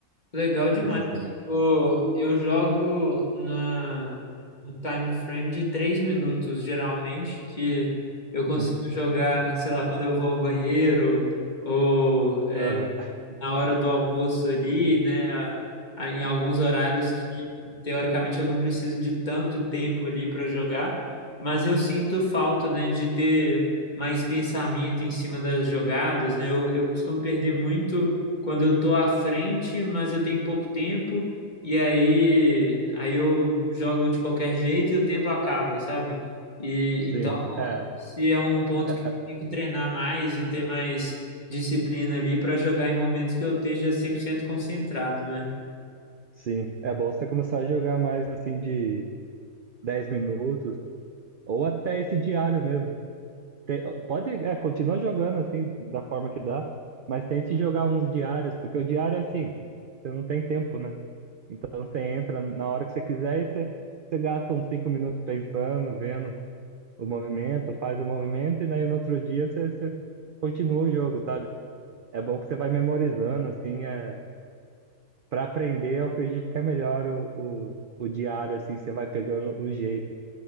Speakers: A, on the left; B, on the right.
A: Legal demais.
B: esses também.
A: O- eu jogo na, no time frame de três minutos, geralmente, que eu consigo
B: Sim.
A: jogar, sei lá, quando eu vou ao banheiro, ou
B: Aham.
A: na hora do almoço ali, né? a- a- Em alguns horários que teoricamente eu não preciso de tanto tempo ali para jogar, mas eu sinto falta, né, de ter mais pensamento em cima das jogadas, né? Eu, eu costumo perder muito quando eu tô à frente, mas eu tenho pouco tempo e aí aí eu jogo de qualquer jeito e o tempo acaba, sabe? E
B: Sim. É,
A: se é um ponto
B: é,
A: que eu
B: é.
A: tenho que treinar mais e ter mais disciplina ali para jogar em momentos que eu esteja 100% concentrado, né?
B: Sim. É bom você começar a jogar mais assim de 10 minutos ou até esse diário mesmo. Tem- pode, é, continua jogando assim da forma que dá, mas tente jogar uns diários, porque o diário é assim, você não tem tempo, né? Então você entra na hora que você quiser e você, você gasta uns cinco minutos pensando, vendo o movimento, faz o movimento e daí no outro dia você, você continua o jogo, sabe? É bom que você vai memorizando, assim, é... para aprender eu acredito que é melhor o, o, o diário, assim, você vai pegando o jeito.